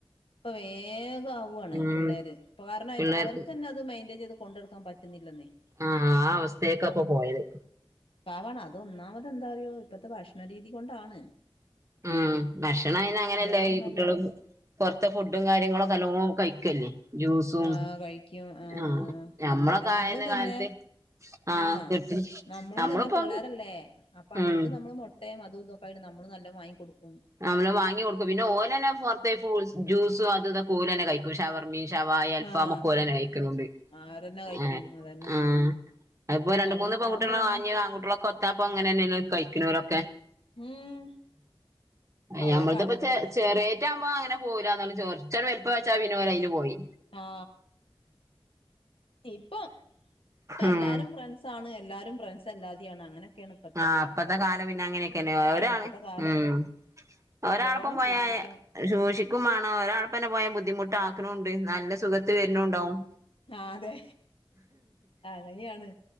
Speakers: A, on the left; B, on the right.
A: ഇപ്പൊ വേഗം ആവാണ്
B: ഉം
A: പിള്ളേര് ഇപ്പ കാരണം
B: പിള്ളേർക്ക്
A: അവർകെന്നെ അത് മെയിന്റയിൻ ചെയ്ത് കൊണ്ടട്ക്കാൻ പറ്റുന്നില്ലന്നേ
B: ആ ആ അവസ്‌ത്തേക്ക ഇപ്പൊ പോയത്
A: പാവാണ് അതൊന്നാമത് എന്താറിയോ ഇപ്പത്തെ ഭക്ഷണരീതി കൊണ്ടാണ്
B: ഉം ഭക്ഷണം അയ്ന് അങ്ങനെയല്ലേ
A: വേറൊന്നല്ല
B: ഈ കുട്ടിയാള് പുറത്തെ ഫുഡും കാര്യങ്ങളൊക്കെ നല്ലോം കഴിക്കല്ലേ ജ്യൂസും
A: ആ കഴിക്കും ആ
B: ആഹ് ഞമ്മളൊക്കെ
A: പിന്നെ നമ്മളും
B: ആയിരുന്ന
A: തന്നെ
B: കാലത്ത് ആഹ്
A: ആ
B: കിട്ടി
A: നമ്മളും
B: നമ്മളിപ്പോ
A: തന്നെ പിള്ളാരല്ലേ അപ്പൊ
B: ഉം
A: അവർക്ക് നമ്മൾ മുട്ടയും അതും ഇതൊക്കെ അപ്പ അയ്‌ന് നമ്മളും നല്ലം വാങ്ങി കൊടുക്കും
B: നമ്മള് വാങ്ങി കൊടുക്കും പിന്ന ഓലന്നെ പൊറത്തെ ജൂസും അതും ഇതൊക്കെ ഓലന്നെ കഴിക്കും ഷവർ ഷവായ അൽഫാമൊക്കെ
A: ആഹ്
B: ഓലന്നെ കഴിക്കുന്നുണ്ട്
A: അവരന്നെ കഴിക്കും
B: ആ
A: അതന്നെ
B: ആ അപ്പോ രണ്ട്
A: അങ്ങനെയൊക്കെ
B: മൂന്ന് പെൺകുട്ടികളും
A: ആവുമ്പോഴാണ്
B: ഞ്ഞി ആൺകുട്ടികളും കൊത്താപ്പം അങ്ങനെന്നെ എല്ലാരും കഴിക്കുന്നവരൊക്കെ
A: ഉം പഴയ
B: ഞമ്മളത്
A: കാലം
B: ഇപ്പോ
A: പോലൊന്നും ഇപ്പത്തെ
B: ചെറിയേറ്റ ആകുമ്പോ അങ്ങനെ പോവൂല എന്ന കുറച്ച് ആണ്ട് വല്പ്പം വെച്ചാ പിന്നെ ഓല് അയിന് പോയി
A: ആ ഇപ്പൊ ഇപ്പ
B: ഉം
A: എല്ലാരും ഫ്രണ്ട്സ് ആണ് എല്ലാവരും ഫ്രണ്ട്സ് എല്ലാതിം ആണ് അങ്ങനൊക്കെയാണ്
B: ആഹ് പ്പത്തെ കാലം പിന്നെ അങ്ങനെയൊക്കെന്നെ ഒരാണ്
A: ഇപ്പത്തെ കാലം
B: ഉം
A: നല്ലോണം
B: ഒരാളപ്പം പോയാല്
A: സൂക്ഷിക്കണം
B: ശൂഷിക്കും മാണം ഒരാൾപ്പന്നെ പോയാ ബുദ്ധിമുട്ട് ആക്ക്‌ണവും ഇണ്ട് നല്ല സുഖത്ത്ല് വര്ണവുണ്ടാവും
A: ആ അതെ അങ്ങനെയാണ്